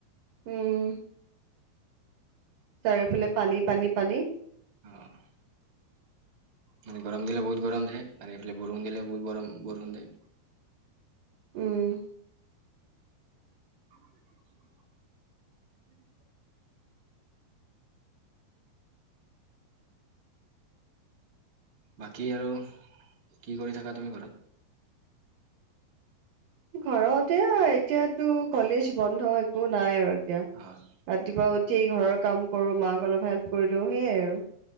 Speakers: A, on the right; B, on the right.
A: উম', চাৰিওফালে পানী - পানী - পানী',
B: অহ', মানে গৰম দিলে বহত গৰম দে, আৰু এইফালে বৰষুণ দিলে বহুত বৰষ - বৰষুণ দে',
A: উম',
B: <unintelligible> বাকী আৰু, কি কৰি থাকা তুমি ঘৰত?
A: ঘৰতে এই - এতিয়াতো কলেজ বন্ধ, একো নাই আৰু এতিয়া',
B: হয়',
A: ৰাতিপুৱা উঠি ঘৰৰ কাম কৰোঁ, মাক অলপ হেল্প কৰি দিওঁ, সেইয়াই আৰু',